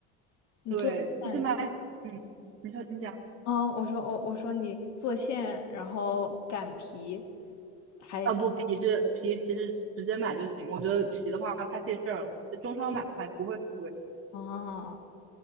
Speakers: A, on the left (about 55°); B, on the right (about 40°).
A: 你做馅，
B: 对，其实买，嗯，你说你讲。
A: 嗯，我说我我说你做馅，然后擀皮，还
B: 呃，不，皮是皮，其实直接买就行。我觉得皮的话太费事儿了，中超买的话也不会很贵。
A: 啊，